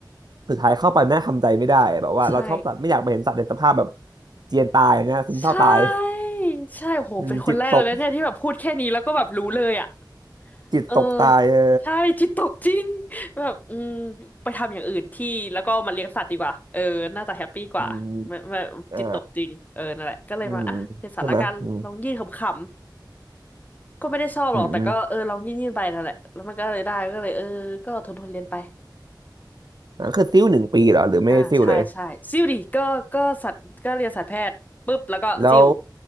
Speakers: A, on the right; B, on the left.
A: สุดท้ายเข้าไปแม่ทำใจไม่ได้แบบว่าเราชอบสัตว์ไม่อยากไปเห็นสัตว์ในสภาพแบบ
B: ใช่
A: เจียนตายนะซึมเศร้าตาย
B: ใช่ใช่โหเป็นคนแรกเลยนะเนี่ยที่แบบพูดแค่นี้แล้วก็แบบรู้เลยอ่ะ
A: อืมจิตตกจิตตกตายเออ
B: เออใช่จิตตกจริงแบบอืมไปทำอย่างอื่นที่แล้วก็มาเลี้ยงสัตว์ดีกว่าเออน่าจะแฮปปี้กว่าไม่ไม่จิตตกจริงเออนั่นแหละก็เลยมาอ่ะเป็นสัตว์ละกันลองยื่นขำ
A: อืมอ่าอืมใช่ไหมอืม
B: ๆก็ไม่ได้ชอบหรอกแต่ก็เออลองยื่นยื่นไปนั่นแหละแล้วมันก็เลยได้ก็เลยเออก็ทนทนเรียนไป
A: อืมอืมอ่าคือซิ้วหนึ่งปีเหรอหรือไม่ได้ซิ้วเลย
B: อ่าใช่ใช่ซิ่วดิก็ก็สัตว์ก็เรียนสัตวแพทย์ปุ๊บแล้วก็ซิ่ว
A: แล้ว